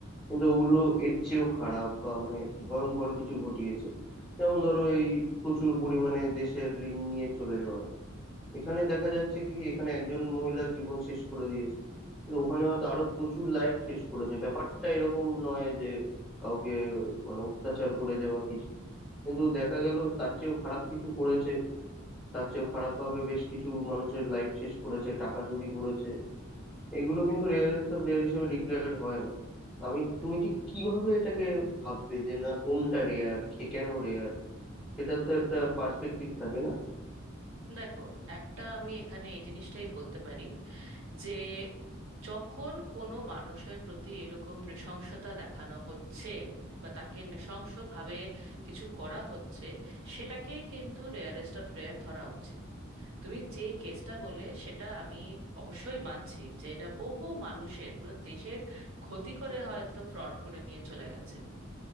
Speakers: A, in the centre; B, on the right (about 80°).
A: কিন্তু ওগুলো এর চেয়েও খারাপ বা মানে ভয়ঙ্কর কিছু ঘটিয়েছে যেমন ধরো এই প্রচুর পরিমাণে দেশের ঋণ নিয়ে চলে যাওয়া এখানে দেখা যাচ্ছে কি এখানে একজন মহিলার জীবন শেষ করে দিয়েছে কিন্তু ওখানে হয়তো আরো প্রচুর লাইফ শেষ করেছে ব্যাপারটা এরকম নয় যে কাউকে মানে অত্যাচার করেছে বা কিছু কিন্তু দেখা গেল তার চেয়েও খারাপ কিছু করেছে তার চেয়েও খারাপ ভাবে বেশ কিছু মানুষের লাইফ শেষ করেছে টাকা চুরি করেছে এগুলো কিন্তু রেয়ারেস্ট অফ রেয়ার হিসেবে ডিক্লেয়ার্ড হয় না তো আমি তুমি ঠিক কিভাবে এটাকে ভাববে যে না কোনটা রেয়ার কে কেন রেয়ার সেটার তো একটা পার্সপেক্টিভ থাকে না
B: দেখো একটা আমি এখানে এই জিনিসটাই বলতে পারি যে যখন কোনো মানুষের প্রতি এরকম নৃশংসতা দেখানো হচ্ছে বা তাকে নৃশংসভাবে কিছু করা হচ্ছে সেটাকেই কিন্তু রেয়ারেস্ট অফ রেয়ার ধরা উচিত তুমি যে কেসটা বলে সেটা আমি অবশ্যই মানছি যে এটা বহু মানুষের পুরো দেশের ক্ষতি করে হয়তো ফ্রড করে নিয়ে চলে গেছে